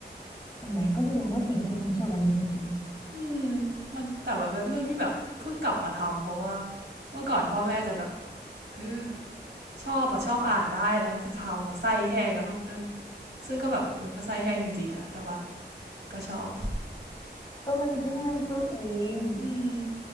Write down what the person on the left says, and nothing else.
ๆเห็นไหมก็แสดงว่าถิ่งก็คงชอบอันนี้จริง
ๆก็มันเพิ่งเริ่มต้นเอง